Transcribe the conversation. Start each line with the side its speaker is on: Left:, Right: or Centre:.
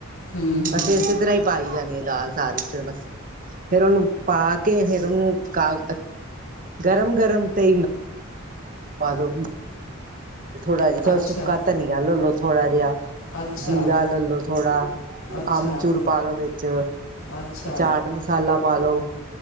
Left: ਹਮ-ਹਮ।
Right: ਫ ਇਸੇ ਤਰ੍ਹਾਂ ਹੀ ਪਾਈ ਜਾਂਣੀ ਹੈ ਦਾਲ ਸਾਰੀ ਫਰ ਬਸ ਫੇਰ ਉਹਨੂੰ ਪਾ ਕੇ ਕੇ ਫੇਰ ਉਹਨੂੰ ਕਾ ਗਰਮ-ਗਰਮ ਤੇ ਪਾਦੋ ਥੋੜਾ ਜਿਹਾ
Left: ਅੱਛਾ,
Right: ਸੁੱਕਾ ਧਨੀਆ ਲਿਲੋ ਥੋੜਾ ਜਿਹਾ।
Left: ਅੱਛਾ,
Right: ਜੀਰਾ ਲੈਲੋ ਥੋੜਾ
Left: ਅੱਛਾ,
Right: ਅਮਚੂਰ ਪਾਾਲ ਲੋ ਵਿੱਚ
Left: ਅੱਛਾ,
Right: ਚਾਟ ਮਸਾਲਾ ਪਾ ਲਉ